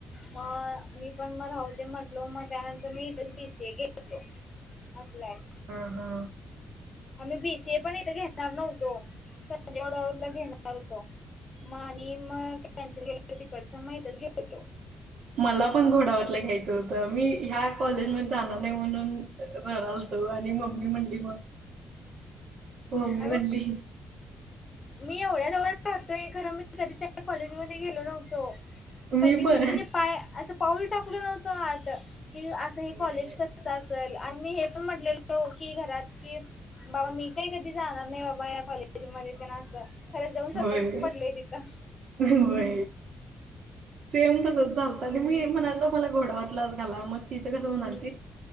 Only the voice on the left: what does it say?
मग मी पण मग राहुदे म्हटलो मग त्यानंतर मी इथेच बीसीए घेतलो. असलंय
आम्ही बीसीए पण इथे घेणार नव्हतो संजय घोडावतला घेणार होतो. मग आणि मग कॅन्सल केल्या तर तिकडच मग इथच घेेतलो.
अग
मी एवढ्या जवळ राहतो खरं मी मी कधीच त्या कॉलेजमध्ये गेलो नव्हतो.
कधीच
म्हणजे पाय असं पाऊल टाकल नव्हतो आत. कि असं हे
कॉलेज कस असेल आणि मी हे पण म्हटलेलो की घरात कि बाबा मी काही कधी जाणार नाही बाबा या कॉलेजमध्ये ते ना असं खरंच जाऊन स्वतः
पडलोय तिथं